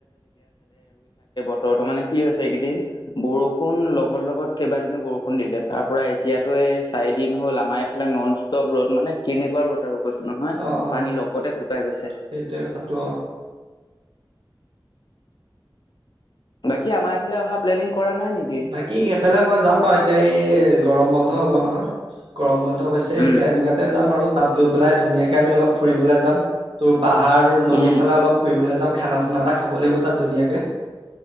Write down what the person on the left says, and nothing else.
বত, তো, মানে কি হৈছে, এই কেইদিন বৰষুণ লগৰ লগত কেইবাদিনো বৰষুণ দিলে তাৰ পৰা এতিয়াতো চাৰি দিন হ'ল আমাৰ এইফালে নন ষ্টপ ৰ'দ মানে কেনেকুৱা ৰ'দ আৰু। কৈছো নহয়,
পানী লগতে শুকাই গৈছে।
বাকী আমাৰ এইফালে অহা প্লেনিং কৰা নাই নেকি?
উম
উম